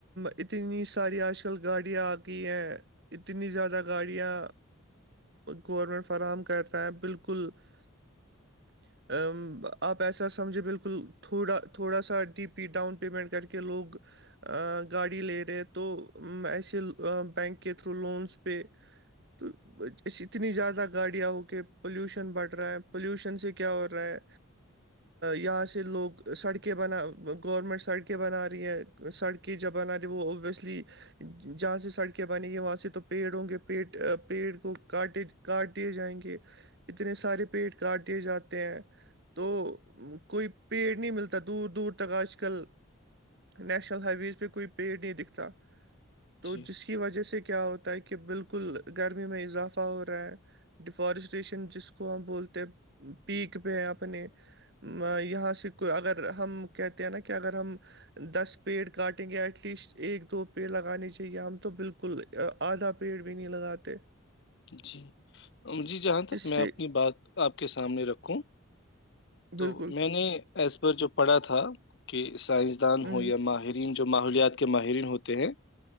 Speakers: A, on the right; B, on the left.
A: اتنی ساری آج کل گاڑیاں آ گئی ہیں اتنی زیادہ گاڑیاں گورمنٹ فراہم کر رہے ہیں بالکل ا آپ ایسا سمجھے بالکل تھوڑا تھوڑا سا ڈی پی ڈاؤن پیمنٹ کر کے لوگ گاڑی لے رہے تو ایسے بینک کے تھرو لونس پہ تو اتنی زیادہ گاڑیاں ہو کے پولوشن بڑھ رہا ہے پلیوشن سے کیا ہو رہا ہے یہاں سے لوگ سڑکیں بنا گورنمنٹ سڑکیں بنا رہی ہیں سڑکیں جبانہ رہ وہ اوبویسلی جہاں سے سڑکیں بنےیں گی وہاں سے تو پیڑ ہوں گے پیٹ پیڑ کو کاٹے کاٹے جائیں گے اتنے سارے پیٹ کاٹ دیے جاتے ہیں تو کوئی پیڑ نہیں ملتا دور دور تک آج کل نیشنل ہائی ویز پہ کوئی پیڑ نہیں دکھتا تو
B: جی
A: جس کی وجہ سے کیا ہوتا ہے کہ بالکل گرمی میں اضافہ ہو رہا ہے ڈیفارسٹیشن جس کو ہم بولتے ہیں پیک پہ اپنے یہاں سے کو اگر ہم کہتے ہیں نا کہ اگر ہم دس پیڑ کاٹیں گے ایٹ لیسٹ ایک دو پیڑ لگانے چاہیے ہم تو بالکل آدھا پیڑ بھی نہیں لگاتے
B: جی جی جہاں تک
A: اس
B: میں
A: سے
B: اپنی بات آپ کے سامنے رکھوں
A: بالکل
B: تو میں نے ایز پر جو پڑھا تھا کہ سائنسدان
A: ہوں،
B: ہو یا ماہر جو ماحولیات کے ماہرین ہوتے ہیں